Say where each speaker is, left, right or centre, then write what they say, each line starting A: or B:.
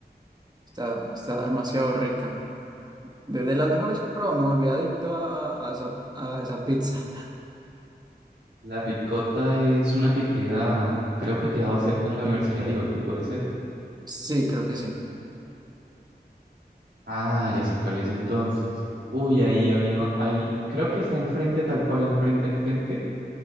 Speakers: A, on the right (about 25°); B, on the right (about 80°).
A: Está, está demasiado rica. Desde las mejores que he probado, me volví adicto a, a esa, a esa pizza.
B: La ricota es una que queda, creo que quedaba cerca de la universidad, digo, ¿qué puede ser?
A: Sí, creo que sí.
B: Ah, ya sé cuál es entonces. Uy, ahí había, ahí, creo que está enfrente, tal cual, enfrente, enfrente,